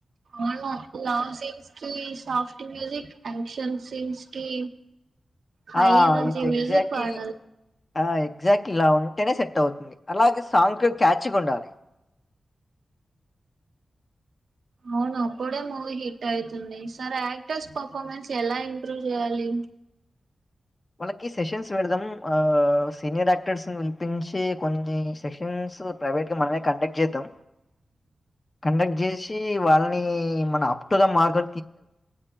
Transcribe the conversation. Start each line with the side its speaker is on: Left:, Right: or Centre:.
Right: అవును లవ్ సీన్స్ కి soft music um action scenes కి high
Left: ఆ
Right: energy
Left: is exactly
Right: music పాడాలి
Left: హ ఎగ్జాక్ట్లీ ఇలా ఉంటేనే సెట్ అవుతుంది అలాగే సాంగ్ క్యాచీగుండాలి
Right: అవును అప్పుడే మూవీ హిట్ అయితుంది సార్ యాక్టర్స్ పర్ఫార్మెన్స్ ఎలా ఇంప్రూవ్ చేయాలి
Left: వాళ్ళకి సెషన్స్ పెడదాం ఆ సీనియర్ యాక్టర్స్‌ను పిలి పించి కొన్ని సెక్షన్స్ ప్రైవేట్ గా మనమే కండక్ట్ చేద్దాం కండక్ట్ చేసి వాళ్ళని మన అప్‌ టు ద మార్క్